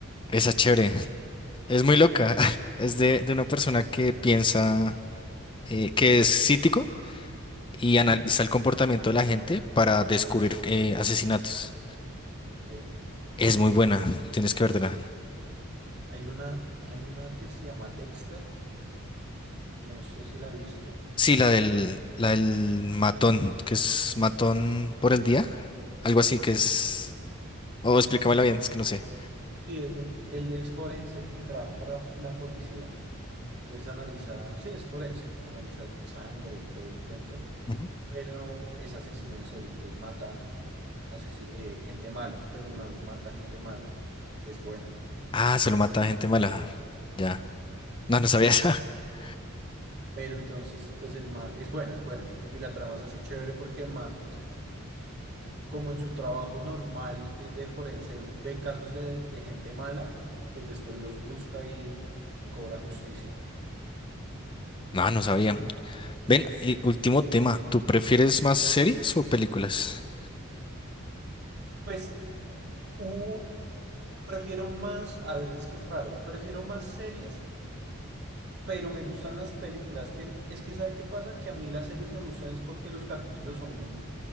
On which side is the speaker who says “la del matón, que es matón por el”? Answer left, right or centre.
Left